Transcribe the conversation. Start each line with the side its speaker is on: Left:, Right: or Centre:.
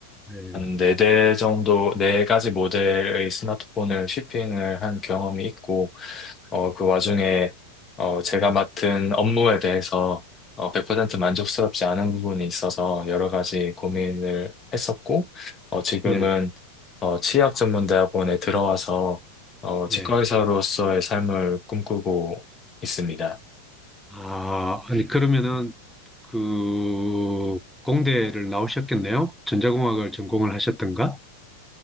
Centre: 예.
Left: 한 4대 정도, 네 가지 모델의 스마트폰을 shipping을 한 경험이 있고, 어, 그 와중에 어, 제가 맡은 업무에 대해서 어, 100% 만족스럽지 않은 부분이 있어서 여러 가지 고민을 했었고, 어, 지금은
Centre: 예.
Left: 어, 치의학전문대학원에 들어와서 어, 치과의사로서의
Centre: 예.
Left: 삶을 꿈꾸고 있습니다.
Centre: 아, 아니, 그러면은 그 공대를 나오셨겠네요? 전자공학을 전공을 하셨던가?